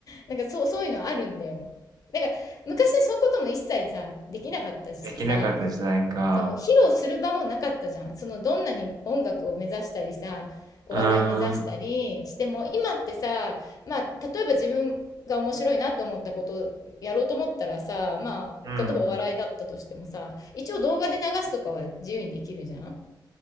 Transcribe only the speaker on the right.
できなかった時代か。
うーん。
うん。